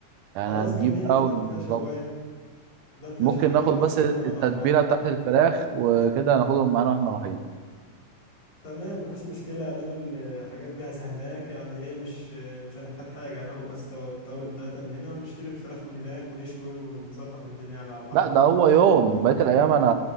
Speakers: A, on the left; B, on the right.
A: خلاص
B: يعني هنجيب
A: جميل
B: بقى
A: ادام
B: ونظبط
A: فيها شوايه ادام فيها
B: ممكن
A: شوايه
B: ناخد
A: جميله
B: بس
A: هناخدها
B: التتبيله
A: معانا على البحر
B: بتاعت الفراخ وكده هناخدهم معانا واحنا رايحين
A: تمام مفيش مشكله ادام الحاجات جاهزه هناك يعني ايه مش مش هنحتاج حاجه هناخد بس تو- التوابل بتاعتنا من هنا ونشتري الفراخ من هناك ونشوي ونظبط الدنيا يعني على البحر
B: لا
A: وكده
B: ده هو يوم بقيه الايام انا